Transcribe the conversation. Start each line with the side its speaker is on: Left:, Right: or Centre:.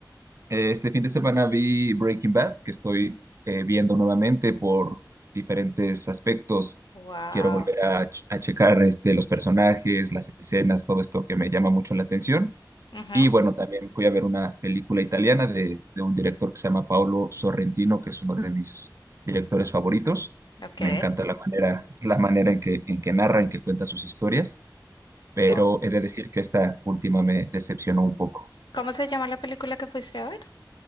Right: Eh, Este fin de semana vi Breaking Bad, que estoy eh, viendo nuevamente por diferentes aspectos.
Left: Wow.
Right: Quiero volver a, ch- a checar este, los personajes, las escenas, todo esto que me llama mucho la atención.
Left: Ujú,
Right: Y bueno, también fui a ver una película italiana de, de un director que se llama Paolo Sorrentino, que es uno de mis directores favoritos.
Left: Ok.
Right: Me encanta la manera, la manera en que, en que narra, en que cuenta sus historias, pero
Left: Oh.
Right: he de decir que esta última me decepcionó un poco.
Left: ¿Cómo se llama la película que fuiste a ver?